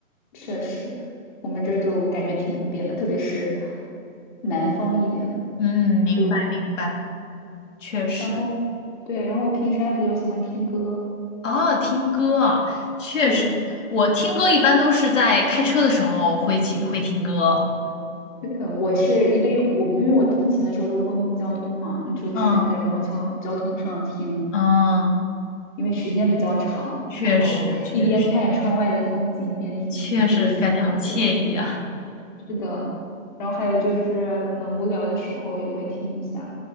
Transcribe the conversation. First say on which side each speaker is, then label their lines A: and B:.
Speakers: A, on the left; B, on the left.
A: 确实，我们这儿就感觉挺普遍的，特别是南方一点的，
B: 嗯，明白明白，
A: 就
B: 确实。
A: 然后对，然后我平时还比较喜欢听歌，
B: 哦，听歌啊，确实，
A: 对，
B: 我听歌一般都是在开车的时候会去会听歌。
A: 呃，我是一般因为我因为我通勤的时候都是公共交通嘛，那就是在公共交交通上听，
B: 嗯嗯，
A: 因为时间比较长，
B: 确实确实
A: 然后一边看着窗外的风景，一边听自己喜欢的歌，
B: 确实，感觉好惬意啊。
A: 是的，然后还有就是可能无聊的时候也会听一下，